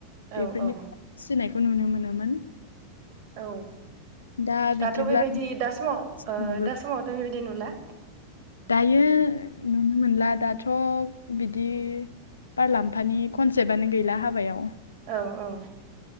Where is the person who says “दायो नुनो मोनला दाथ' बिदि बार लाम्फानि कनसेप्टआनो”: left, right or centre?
Left